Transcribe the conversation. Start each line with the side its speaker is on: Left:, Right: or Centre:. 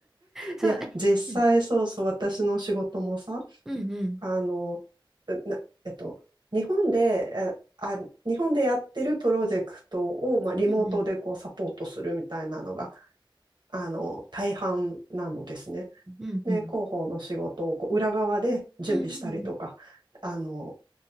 Centre: そうえうん
Right: いや、実際そうそう、私の仕事もさ、
Centre: うん
Right: あの、うな、えっと、日本で、えあ日本でやってるプロジェクトを、まあ、リモートでこうサポートするみたいなのが、
Centre: うんうん
Right: あの、大半なのですね。
Centre: うん
Right: で、広報の仕事をこう裏側で準備したりとか、
Centre: うん
Right: あの、